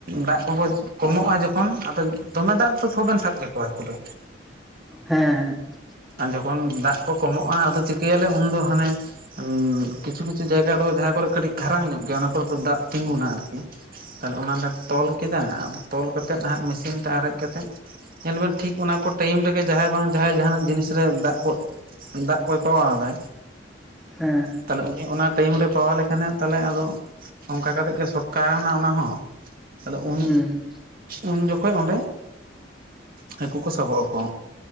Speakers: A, on the right; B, in the centre.
A: ᱫᱟᱜ ᱠᱚᱠᱚ ᱠᱚᱢᱚᱜ-ᱟ ᱡᱚᱠᱷᱚᱱ ᱟᱫᱚ ᱫᱚᱢᱮ ᱫᱟᱜ ᱫᱚ ᱛᱚᱵᱮᱱ ᱥᱟᱵ ᱠᱚᱣᱟ ᱦᱟᱠᱩ ᱫᱚ
B: ᱦᱮᱸ ᱦᱮᱸ
A: ᱟᱨ ᱡᱚᱠᱷᱚᱱ ᱫᱟᱜ ᱠᱚ ᱠᱚᱢᱚᱜ-ᱟ ᱟᱫᱚ ᱪᱤᱠᱟᱹᱭᱟᱞᱮ ᱩᱱᱫᱚ ᱦᱟᱱᱮ ᱩᱸ ᱠᱤᱪᱷᱩ ᱠᱤᱪᱷᱩ ᱡᱟᱭᱜᱟ ᱫᱚ ᱡᱟᱦᱟᱸ ᱠᱚᱨᱮ ᱠᱟᱹᱴᱤᱡ ᱠᱷᱟᱨᱟᱝ ᱧᱚᱜ ᱜᱮᱭᱟ ᱚᱱᱟ ᱠᱚᱨᱮ ᱫᱚ ᱫᱟᱜ ᱛᱤᱸᱜᱩᱱᱟ ᱟᱨᱠᱤ ᱛᱟᱦᱞᱮ ᱚᱱᱟᱞᱮ ᱛᱚᱞ ᱠᱮᱫᱟ ᱟᱫᱚ ᱛᱚᱞ ᱠᱟᱛᱮᱫ ᱦᱟᱸᱜ ᱢᱮᱥᱤᱱ ᱛᱮ ᱟᱨᱮᱡ ᱠᱟᱛᱮᱫ ᱧᱮᱞ ᱵᱮᱱ ᱴᱷᱤᱠ ᱚᱱᱟ ᱠᱚ ᱴᱟᱭᱤᱢ ᱨᱮᱜᱮ ᱡᱟᱦᱟᱸᱭ ᱵᱟᱝ ᱡᱟᱦᱟᱸᱭ ᱡᱟᱦᱟᱱᱟᱜ ᱡᱤᱱᱤᱥ ᱨᱮ ᱫᱟᱜ ᱠᱚ ᱫᱟᱜ ᱠᱚᱭ ᱛᱚᱣᱟᱣ ᱫᱟ
B: ᱦᱮᱸ
A: ᱛᱟᱦᱞᱮ ᱩᱱᱤ ᱚᱱᱟ ᱴᱟᱭᱤᱢ ᱨᱮ ᱯᱚᱣᱟ ᱞᱮᱠᱷᱟᱱᱮ ᱛᱟᱦᱞᱮ ᱟᱫᱚ ᱚᱝᱠᱟ ᱠᱟᱛᱮ ᱜᱮ ᱥᱚᱴᱠᱟᱣ ᱱᱟ ᱚᱱᱟ ᱦᱚᱸ ᱟᱫᱚ ᱩᱱ
B: ᱦᱩᱸ
A: ᱩᱱ ᱡᱚᱠᱷᱮᱡ ᱚᱸᱰᱮ ᱦᱟᱹᱠᱩ ᱠᱚ ᱥᱟᱵᱚᱜ ᱟᱠᱚ